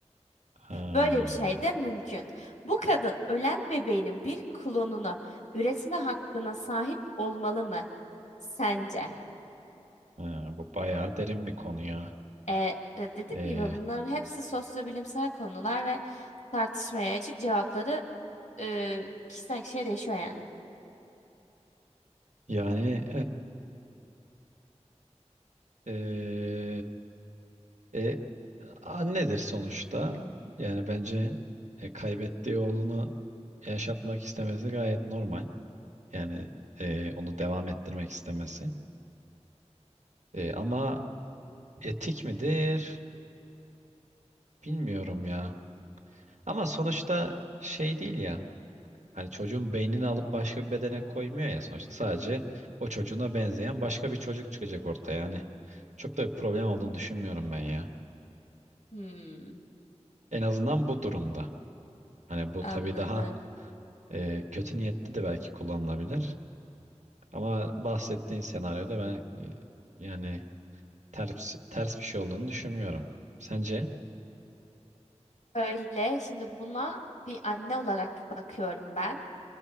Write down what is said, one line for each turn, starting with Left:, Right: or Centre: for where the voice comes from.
Right: Ha,
Left: Böyle bir şey de mümkün. Bu kadın ölen bebeğinin bir klonunu üretme hakkına sahip olmalı mı sence?
Right: ha, bu bayağı derin bir konu ya.
Left: E, e, dediğim
Right: E,
Left: gibi bunların hepsi sosyobilimsel konular ve tartışmaya açık cevapları e, kişiden kişiye değişiyor yani.
Right: yani Ee, e, annedir sonuçta. Yani bence e, kaybettiği oğlunu yaşatmak istemesi gayet normal. Yani e, onu devam ettirmek istemesi. E, ama etik midir? Bilmiyorum ya. Ama sonuçta şey değil ya. Hani çocuğun beynini alıp başka bir bedene koymuyor ya sonuçta. Sadece o çocuğuna benzeyen başka bir çocuk çıkacak ortaya. Yani çok da bir problem olduğunu düşünmüyorum ben ya.
Left: Hmm,
Right: En azından bu durumda. Hani bu
Left: anladım.
Right: tabii daha E, kötü niyetli de belki kullanılabilir. Ama bahsettiğin senaryoda ben e, yani ters, ters bir şey olduğunu düşünmüyorum. Sence?
Left: Öyle şimdi buna bir anne olarak bakıyorum ben.